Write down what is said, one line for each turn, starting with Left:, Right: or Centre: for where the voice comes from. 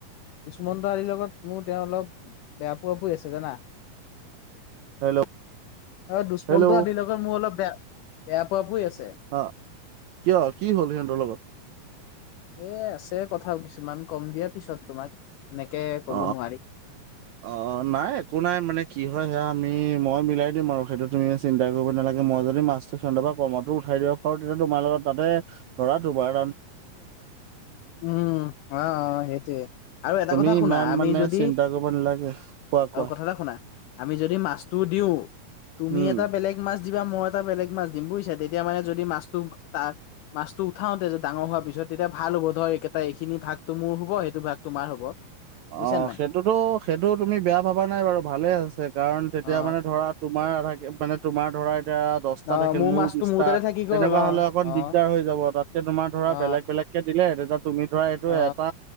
Left: দুষ্মন্ত আলিৰ লগত মোৰ তেওঁ অলপ বেয়া পোৱা পোই আছে জানা
Right: হেল্ল'
Left: অ দুষ্মন্ত
Right: হেল্ল'
Left: আদিল লগ লগে মোৰ অলপ বেয়া বেয়া পোৱ পোই আছে
Right: আহ কিয় কি হ'ল সিহঁতৰ লগত
Left: এ আছে কথা কিছুমান কম দিয়া পিছত তোমাক এনেকে কব
Right: অ
Left: নোৱাৰি
Right: অ নাই একো নাই মানে কি হয় সেয়া তুমি মই মিলাই দিম আৰু সেইটো তুমি চিন্তা কৰিব নালাগ মই যদি মাছটো সিহঁতৰ পা কমতো উঠাই দিব পাৰো তেতিয়া তোমাৰ লগত তাতে লৰাটো বাৰ
Left: উম অ অ সেইটোৱে আৰু এটা
Right: তুমি
Left: কথা শুনা
Right: ইমান
Left: আমি
Right: মানে
Left: যদি
Right: চিন্তা কৰিব নালাগে কোৱা কোৱা
Left: আৰু কথা এটা শুনা আমি যদি মাছটো দিওঁ তোমি
Right: উম
Left: এটা বেলেগ মা মাছ দিবা মই এটা বেলেক মাছ দিম বুইছে তেতিয়া মানে যদি মাছটো তা মাছটো উঠাওঁতে ডাঙৰ হোৱাৰ পিছত তেতিয়া ভাল হ'ব ধৰ এইকেটা এইখিনি ভাগতটো মোৰ হ'ব এইটো ভাগ তোমাৰ হব।
Right: অ
Left: বুজিছা নে নাই
Right: সেইটোতো সেইটো তুমি বেয়া ভাবা নাই বাৰু ভালে আছে। কাৰণ তেতিয়া
Left: অ
Right: মানে ধৰা তোমাৰ আধা মানে তোমাৰ ধৰা তিয়া দছটা
Left: অ
Right: থাকিল
Left: মোৰ
Right: মোৰো
Left: মাছটো
Right: বিছটা
Left: মোৰ তাতে থাকি
Right: তেনেকুৱা
Left: গ'ল অ
Right: হলে অকণ
Left: অ
Right: দিগদাৰ হৈ যাব তাতকে তোমাৰ ধৰা
Left: অ
Right: বেলেগ বেলেগ কে দিলে তেদপ তুমি ধৰা এইটো
Left: অ
Right: এটা